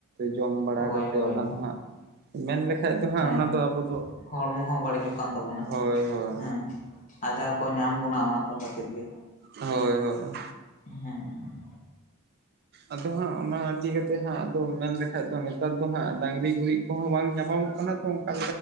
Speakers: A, on the right (about 45°); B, on the left (about 35°).
A: ᱡᱚᱢ ᱵᱟᱲᱟ
B: ᱦᱳᱭ
A: ᱠᱟᱛᱮᱫ
B: ᱦᱳᱭ
A: ᱚᱱᱟ
B: ᱦᱳᱭ
A: ᱫᱚ ᱦᱟᱜ ᱢᱮᱱ ᱞᱮᱠᱷᱟᱡ ᱫᱚ ᱦᱟᱸᱜ
B: ᱦᱮᱸ
A: ᱚᱱᱟ ᱫᱚ ᱟᱵᱚ ᱫᱚ
B: ᱦᱚᱲᱢᱚ ᱦᱚᱸ ᱵᱟᱹᱲᱤᱡᱚᱜ ᱠᱟᱱ ᱛᱟᱵᱚᱱᱟ
A: ᱦᱳᱭ ᱦᱳᱭ
B: ᱦᱮᱸ ᱟᱡᱟᱨ ᱠᱚ ᱧᱟᱢ ᱵᱚᱱᱟ ᱚᱱᱟ ᱠᱚ ᱠᱷᱟᱹᱛᱤᱨ ᱜᱮ
A: ᱦᱳᱭ ᱦᱳᱭ
B: ᱦᱩᱸ ᱦᱩᱸ
A: ᱟᱫᱚ ᱦᱟᱸᱜ ᱚᱱᱟ ᱤᱫᱤ ᱠᱟᱛᱮ ᱦᱸᱟᱜ ᱢᱮᱱ ᱞᱮᱠᱷᱟᱡ ᱫᱚ ᱱᱮᱛᱟᱨ ᱫᱚ ᱦᱟᱸᱜ ᱰᱟᱝᱨᱤ ᱜᱩᱨᱤᱡ ᱠᱚᱦᱚᱸ ᱵᱟᱝ ᱧᱟᱯᱟᱢᱚᱜ ᱠᱟᱱᱟ ᱚᱝᱠᱟ